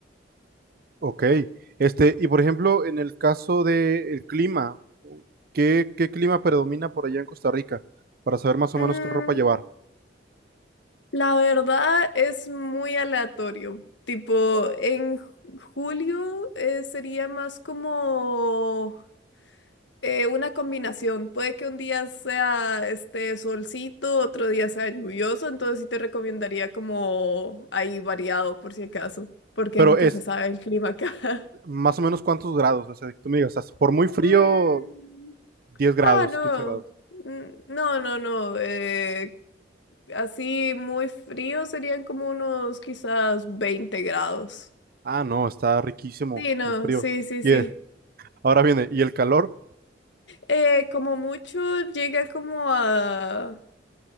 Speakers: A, on the right; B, on the left.
A: Ok. Este, y por ejemplo, en el caso del clima, ¿qué, qué clima predomina por allá en Costa Rica? Para saber más o
B: Mm,
A: menos qué ropa llevar.
B: La verdad es muy aleatorio. Tipo, en ju- julio eh, sería más como eh, una combinación. Puede que un día sea este solcito, otro día sea lluvioso, entonces sí te recomendaría como ahí variado por si acaso, porque
A: Pero
B: nunca
A: es
B: se sabe el clima acá. <laughs>
A: más o menos cuántos grados, o sea, que tú me digas, "Ah, por muy frío,
B: Mm,
A: 10 grados,
B: ah, no.
A: quince grados.
B: Mm, No, no, no. eh, así muy frío serían como unos quizás 20 grados.
A: Ah, no, está riquísimo,
B: Sí, no,
A: muy frío.
B: sí, sí,
A: Y
B: sí.
A: eh, ahora viene, ¿y el calor?
B: Eh, como mucho llega como a